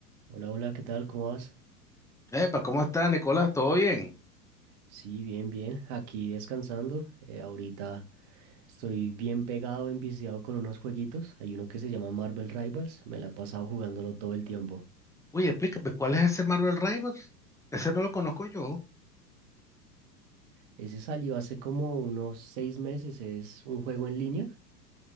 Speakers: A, on the right (about 45°); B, in the centre.
A: Hola, hola, ¿qué tal? ¿Cómo vas?
B: Epa, ¿cómo está, Nicolás? ¿Todo bien?
A: Sí, bien, bien. Aquí descansando. eh, ahorita estoy bien pegado, enviciado con unos jueguitos. Hay uno que se llama Marvel Rivals. Me la he pasado jugándolo todo el tiempo.
B: Oye, explícame, ¿cuál es ese Marvel Rivals? Ese no lo conozco yo,
A: Ese salió hace como unos seis meses. Es un juego en línea.